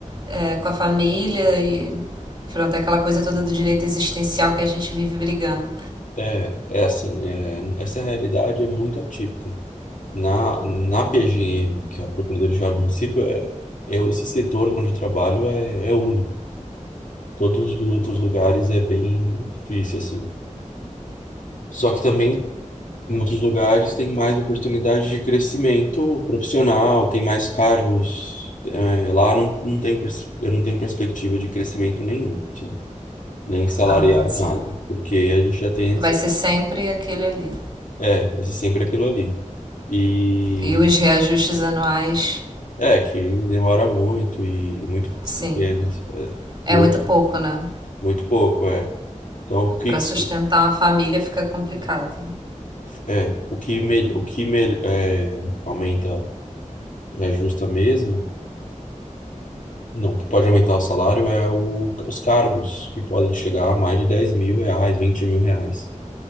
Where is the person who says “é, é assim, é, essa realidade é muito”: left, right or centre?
Left